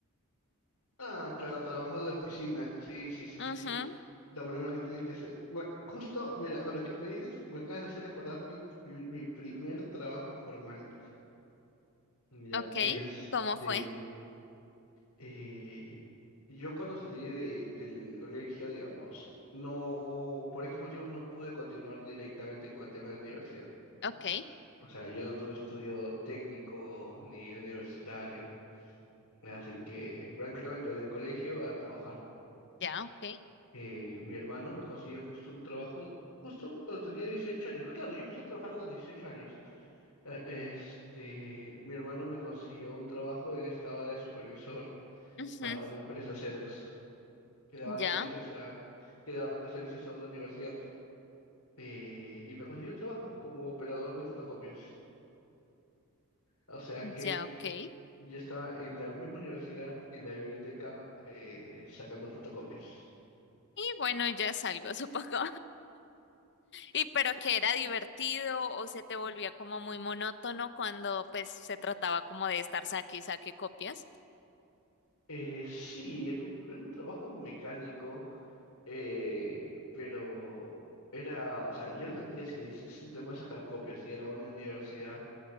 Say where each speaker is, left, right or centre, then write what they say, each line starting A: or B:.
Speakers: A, on the left (about 80°); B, on the left (about 55°).
A: Ah, claro, trabajo de oficina. Sí, sí, sí, sí,
B: Ujú,
A: sí. Lo primero que tienes que hacer. Bueno, justo, mira, con lo que me dices, me acabas de hacer acordar mi, mi, mi primer trabajo formal. Ya,
B: ok,
A: este,
B: ¿cómo fue?
A: eh, yo cuando salí de, del colegio, digamos, no, por X motivos no pude continuar directamente con el tema de la universidad,
B: Ok,
A: ¿no? O sea, yo no tuve estudio técnico ni universitario, así que prácticamente del colegio a trabajar.
B: ya, ok.
A: Eh, mi hermano me consiguió justo un trabajo, justo cuando tenía 18 años. Claro, yo empecé a trabajar a los 18 años. Eh, Este, mi hermano me consiguió un trabajo, él estaba de supervisor
B: ujú,
A: para una empresa Xerox, que daba servicios
B: ya,
A: a, que daba servicios a una universidad. Eh, y me consiguió un trabajo como operador de fotocopias. O sea que
B: ya, ok. Y
A: yo estaba en la misma universidad, en la biblioteca, eh, sacando fotocopias.
B: bueno, ya es algo, <laughs> supongo. Y pero que era divertido o se te volvía como muy monótono cuando pues se trataba como de estar saque y saque copias.
A: Eh, sí, era un, era un trabajo mecánico Eh, pero era, o sea, yo lo sentía así, es, es un tema de sacar copias y era una universidad